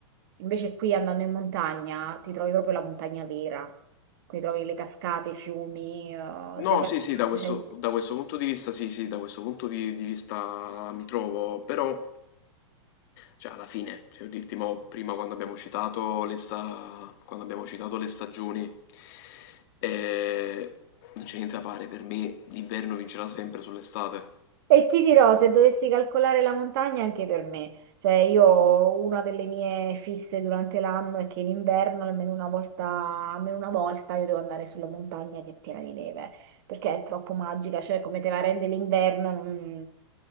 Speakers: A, on the right; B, on the left.
A: Invece qui andando in montagna ti trovi proprio la montagna vera, qui trovi le cascate, i fiumi, eh,
B: No,
A: se vai
B: sì, sì,
A: tanto
B: da questo,
A: c'è. il-
B: da questo punto di vista, sì, sì, da questo punto di, di vista mi trovo, però, cioè, alla fine, cioè, dirti mo, prima quando abbiamo citato le, sta- quando abbiamo citato le stagioni, eh, non c'è niente da fare, per me l'inverno vincerà sempre sull'estate.
A: E ti dirò, se dovessi calcolare la montagna anche per me, cioè io una delle mie fisse durante l'anno è che in inverno almeno una volta, almeno una volta io devo andare sulla montagna che è piena di neve, perché è troppo magica, cioè come te la rende l'inverno non,